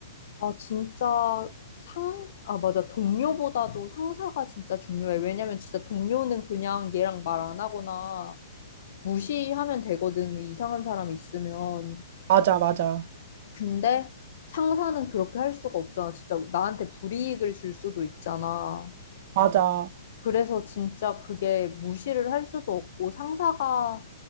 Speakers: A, on the left (about 60°); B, on the right (about 50°).
A: 아, 진짜 상, 아, 맞아. 동료보다도 상사가 진짜 중요해. 왜냐면 진짜 동료는 그냥 얘랑 말 안 하거나 무시하면 되거든. 이상한 사람 있으면.
B: 맞아, 맞아.
A: 근데 상사는 그렇게 할 수가 없잖아. 진짜 나한테 불이익을 줄 수도 있잖아.
B: 맞아.
A: 그래서 진짜 그게 무시를 할 수도 없고 상사가